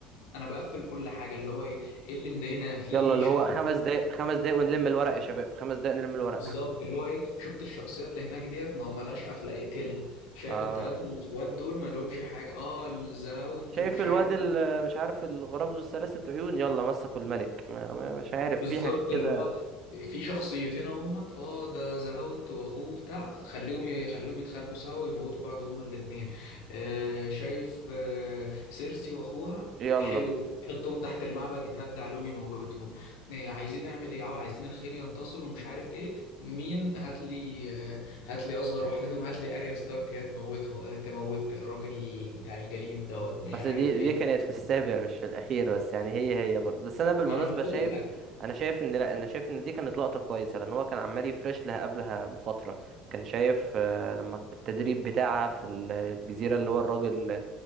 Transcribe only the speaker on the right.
يلا اللي
هو خمس دقايق خمس دقايق ونلم الورق يا شباب خمس دقايق نلم الورق
اه
شايف
الواد
ال-
مش عارف الغراب ذو الثلاثة عيون يلا مسكوا الملك ما- ما- مش عارف
في حاجات كده
يلا
بس
دي
دي كانت في السابع مش في الأخير بس يعني هي هي برضه بس أنا بالمناسبة
شايف أنا شايف إن لأ أنا شايف إن دي كانت لقطة كويسة لأن هو كان عمال يفرش لها قبلها بفترة كان شايف آه، لما التدريب بتاعها في الجزيرة اللي هو الراجل